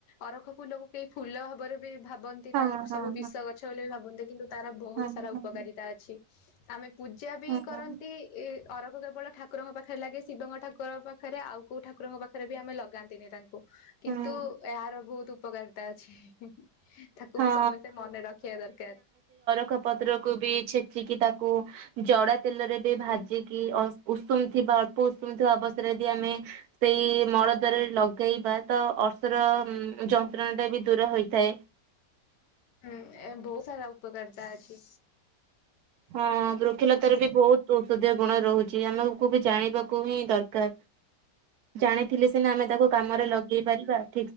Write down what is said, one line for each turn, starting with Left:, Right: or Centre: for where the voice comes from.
Left: ଅରଖ ଫୁଲକୁ କେହି ଫୁଲ ଭବରେ ବି ଭାବ୍ ଭାବନ୍ତି
Right: ହଁ
Left: ନାଇଁ
Right: ହଁ
Left: ସବୁ ବିଷ ଗଛ ବୋଲି ବି ଭାବନ୍ତି। କିନ୍ତୁ ତାର ବହୁତ
Right: ହଁ ହଁ
Left: ସାରା
Right: ହଁ
Left: ଉପକାରିତା ଅଛି। <inaudible> ପୂଜା ବି
Right: ହଁ
Left: କରନ୍ତି
Right: ହଁ।
Left: ଏ ଅରଖ କେବଳ ଠାକୁରଙ୍କ ପାଖରେ ଲାଗେ ଶିବଙ୍କ ଠାକୁର ପାଖେ ପାଖରେ ଆଉ କୋଉ ଠାକୁରଙ୍କ ପାଖରେ ବି ଆମେ ଲଗାନ୍ତିନି ତାଙ୍କୁ କିନ୍ତୁ
Right: ହୁଁ
Left: ଏହାର ବହୁତ୍ ଉପକାରତା ଅଛି। ତାକୁ
Right: ହଁ
Left: ବି ସମସ୍ତେ ମନେ ରଖିବା ଦରକାର୍।
Right: ଖ ପତ୍ରକୁ ବି ଛେଚିକି ତାକୁ ଜଡା ତେଲରେ ବି ଭାଜିକି ଅ ଉଷୁମ ଥିବା ଅଳ୍ପ ଉଷୁମଥିବା ଅବସ୍ଥାରେ ଯଦି ଆମେ ସେଇ ମଳ ଦ୍ୱାରରେ ଲଗେଇବା ତ ଅର୍ଷର ଯନ୍ତ୍ରଣା ଟା ବି ଦୂର ହୋଇଥାଏ।
Left: ହୁଁ, ଏ ବହୁତ୍ ସାରା, ଉପ୍ ଉପକାରିତା, ଅଛି।
Right: ହଁ, ବୃକ୍ଷିଲତାର ବି, ବହୁ ଔଷଧୀୟ, ଗୁଣ ରହୁଛି ୲ ଆମକୁ ବି, ଜାଣିବାକୁ ହିଁ ଦରକାର ୲ ଜାଣିଥିଲି ସିନା, ଆମେ ତାକୁ କାମରେ, ଲ ହେଇପାରିବା ୲